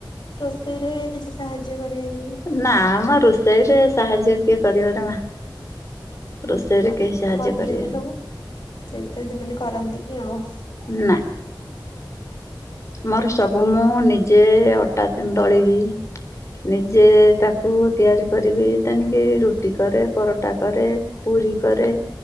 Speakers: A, on the left (about 60°); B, on the left (about 35°).
A: ରୋଷେଇରେ କିଛି ସାହାଯ୍ୟ କରିବେ ଯଦି।
B: ନା ମ ରୋଷେଇ ରେ ସାହାଯ୍ୟ କିଏ କରିବ ନା ମା। ରୋଷେଇରେ
A: ଆପଣ
B: କେହି ସାହାଯ୍ୟ
A: ତ କରିଦିଅନ୍ତି
B: କରିବେନି
A: ସବୁ ସେଇଥି ଦିନେନି କରନ୍ତିନି ଆଉ।
B: ନା। ମୋର ସବୁ ମୁଁ ନିଜେ ଅଟା ତିନ ଡଳିବି ନିଜେ ତାକୁ ତିଆରି କରିବି ତେନିକି ରୁଟି କରେ ପରଟା କରେ। ପୁରୀ କରେ